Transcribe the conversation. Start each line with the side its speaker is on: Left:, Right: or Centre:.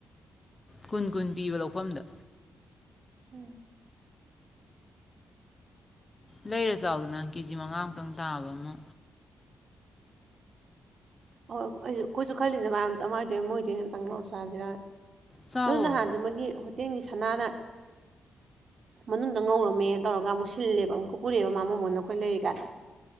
Left: ꯀꯨꯟ-ꯀꯨꯟ ꯄꯤꯕ ꯂꯧꯐꯝꯗ
Right: ꯎꯨꯝ
Left: ꯂꯩꯔ ꯆꯥꯎꯗꯅ ꯀꯦꯖꯤ ꯃꯉꯥꯃꯨꯛꯇꯪ ꯇꯥꯕ ꯑꯃꯥ
Right: ꯍꯣꯏ ꯑꯩ ꯑꯩꯈꯣꯏꯁꯨ ꯈꯜꯂꯤꯗ ꯃꯌꯥꯝ ꯃꯥꯏꯗ ꯃꯣꯏꯗꯤ ꯑꯩꯅ ꯑꯝꯇꯪ ꯂꯧꯔ ꯆꯁꯤꯔꯅ
Left: ꯆꯥꯎꯋꯣ
Right: ꯑꯗꯨ ꯅꯍꯥꯟꯗꯨ ꯃꯣꯏꯒꯤ ꯍꯣ ꯇꯤꯡꯒꯤ ꯁꯅꯥꯅ ꯃꯅꯨꯡꯗ ꯉꯧꯔꯝꯃꯦꯅ ꯇꯧꯔꯒ ꯑꯃꯨꯛ ꯁꯤꯜꯂꯦꯕ ꯑꯃꯨꯛꯀ ꯄꯨꯔꯛꯑꯦꯕ ꯃꯥ ꯃꯣꯅꯣꯅ ꯑꯩꯈꯣꯏ ꯂꯩꯔꯤꯀꯥꯟꯗ